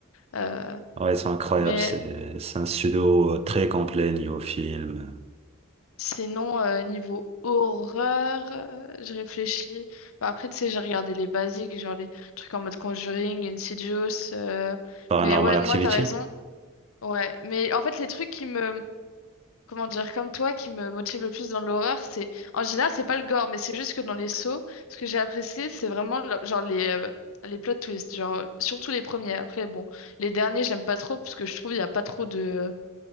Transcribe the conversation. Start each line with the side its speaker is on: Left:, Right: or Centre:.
Left: Euh,
Right: Ah Ouais, c'est incroyable.
Left: mais
Right: C'est c'est un pseudo euh, très complet niveau film.
Left: sinon, euh, niveau horreur, euh, je réfléchis. Bah, après, tu sais, j'ai regardé les basiques, genre les trucs en mode Conjuring, Insidious. euh,
Right: Paranormal
Left: Mais ouais,
Right: Activity.
Left: moi, t'as raison. Ouais, mais en fait, les trucs qui me comment dire, comme toi, qui me motive le plus dans l'horreur, c'est en général, c'est pas le gore, mais c'est juste que dans les sauts, ce que j'ai apprécié, c'est vraiment le- genre les euh, les plot twists, genre surtout les premiers. Après, bon, les derniers, j'aime pas trop parce que je trouve il y a pas trop de